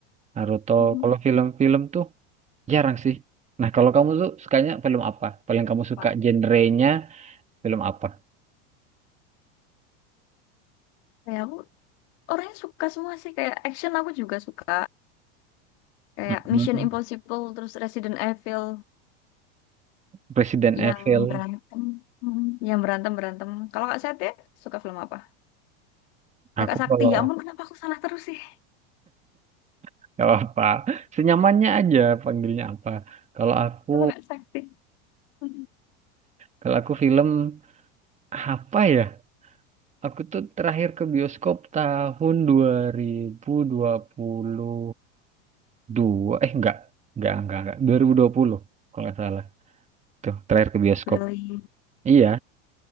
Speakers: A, on the right; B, on the left.
A: Naruto.
B: Mhm.
A: Kalau film-film tuh jarang sih. Nah, kalau kamu tuh sukanya film apa? Paling kamu suka
B: Pak.
A: genrenya film apa?
B: Kayak aku orangnya suka semua sih kayak action aku juga suka kayak
A: Mhm.
B: Mission Impossible terus Resident Evil
A: Resident Evil.
B: yang berantem Hmm, yang berantem berantem kalau Kak Seth ya suka film apa ya,
A: Aku
B: Kak Sakti
A: kalau
B: ya ampun kenapa aku salah terus sih
A: <laughs> gak apa, senyamannya aja panggilnya apa. Kalau aku
B: kalau Kak Sakti Aduh,
A: kalau aku film apa ya? Aku tuh terakhir ke bioskop tahun 2020 dua eh enggak enggak enggak enggak 2020 kalau nggak salah tuh terakhir ke bioskop
B: Brilli
A: iya